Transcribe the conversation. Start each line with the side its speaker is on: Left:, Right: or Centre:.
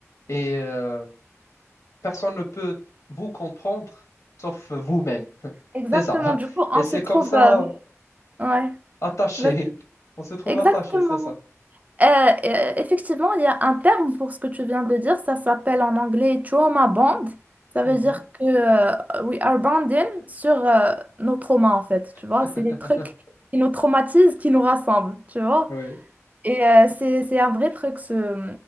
Left: et euh, personne ne peut vous comprendre sauf vous-même. <laughs>
Right: exactement.
Left: C'est ça.
Right: Du coup, on
Left: Et c'est
Right: se trouve.
Left: comme ça
Right: euh, Ouais,
Left: attaché.
Right: vas-y.
Left: <laughs> On se trouve
Right: Exactement.
Left: attaché, c'est ça.
Right: Euh, euh, effectivement, il y a un terme pour ce que tu viens de dire. Ça s'appelle en anglais trauma bond. Ça
Left: Mhm.
Right: veut dire que euh, we are bonding sur euh, nos traumas, en fait. Tu vois,
Left: <laughs>
Right: c'est des trucs qui nous traumatisent, qui nous rassemblent. Tu vois?
Left: Oui.
Right: Et euh, c'est, c'est un vrai truc, ce,